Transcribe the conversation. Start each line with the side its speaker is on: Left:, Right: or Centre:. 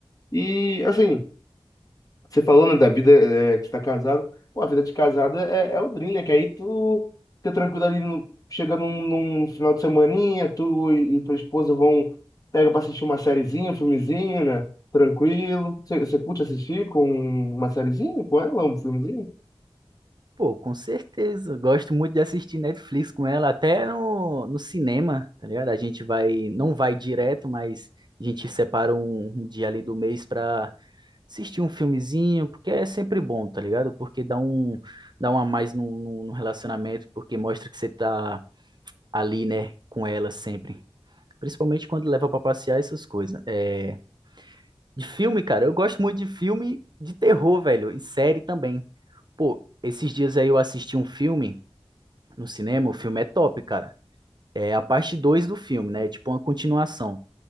Left: E, assim, você falou, né, da vida é, que você tá casado. Pô, a vida de casado é, é é o dream, né? Que aí tu fica tranquilo ali, no- chega num, num final de semaninha, tu e, e tua esposa vão, pega pra assistir uma sériezinha, um filmezinho, né? Tranquilo. Você você curte assistir com uma sériezinha com ela, um filmezinho?
Right: Pô, com certeza. eu Gosto muito de assistir Netflix com ela, até no, no cinema, tá ligado? A gente vai, não vai direto, mas a gente separa um, um dia ali do mês pra assistir um filmezinho, porque é sempre bom, tá ligado? Porque dá um, dá um a mais no, no, no relacionamento, porque mostra que você tá ali, né, com ela sempre. Principalmente quando leva pra passear essas coisas. né? É, de filme, cara, eu gosto muito de filme de terror, velho, e série também. Pô, esses dias aí eu assisti um filme no cinema, o filme é top, cara. É a parte 2 do filme, né? É Tipo uma continuação.